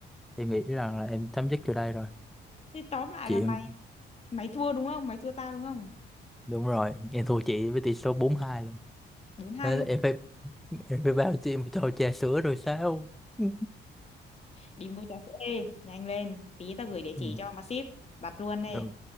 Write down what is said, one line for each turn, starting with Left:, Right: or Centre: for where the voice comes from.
Centre: em nghĩ rằng là em chấm dứt chỗ đây rồi
Left: thế tóm lại
Centre: chuyện
Left: là mày mày thua đúng không mày thua tao đúng không
Centre: đúng rồi em thua chị với tỷ số bốn hai lần
Left: bốn hai
Centre: Thế
Left: luôn
Centre: là em phải Rồi bao chị một tô trà sữa rồi sao? Ừ.
Left: đi mua trà sữa ê nhanh lên tí tao gửi địa chỉ
Centre: Ừ.
Left: cho mà ship đặt luôn đi
Centre: Ừ,